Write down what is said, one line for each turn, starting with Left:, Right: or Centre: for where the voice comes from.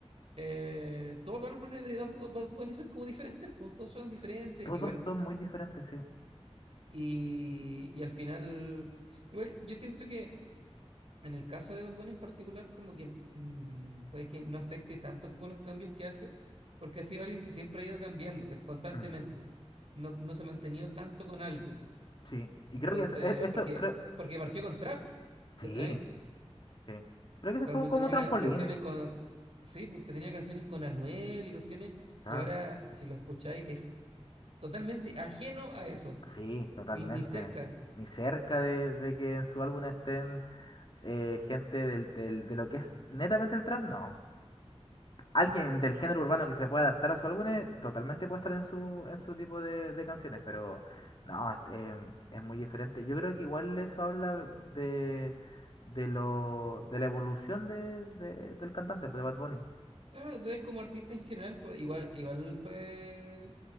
Right: eh, todos los álbumes de Bad Bu- Bad Bunny son como diferentes, pues todos suenan diferentes,
Left: Todos
Right: igual
Left: son muy diferentes, sí.
Right: y, y al final, igual, yo siento que En el caso de Bad Bunny en particular, como que mm, puede que no afecte tanto como los cambios que hace, porque ha sido alguien que siempre ha ido cambiando que constantemente.
Left: Mm.
Right: No, no se ha mantenido tanto con algo.
Left: Sí, y
Right: Entonces,
Left: creo que eso, e- eso
Right: porque,
Left: creo,
Right: porque partió con trap,
Left: sí,
Right: ¿cachai?
Left: sí. Creo que eso
Right: Cuando
Left: fue como
Right: tenía
Left: trampolín.
Right: ca- canciones con, sí, porque tenía canciones con Anuel y cuestiones,
Left: Claro.
Right: y ahora, si lo escucháis, es totalmente ajeno a eso,
Left: Sí, totalmente.
Right: ni, ni cerca.
Left: Ni cerca de, de que en su álbum estén eh, gente del, del- de lo que es netamente el trap, no. Alguien del género urbano que se pueda adaptar a su álbum eh, totalmente puede estar en su, en su tipo de, de canciones, pero no, es, em, es muy diferente. Yo creo que igual eso habla de, de lo, de la evolución de, de- del cantante, pues, de Bad Bunny.
Right: Claro, de él como artista en general, pues, igual, igual fue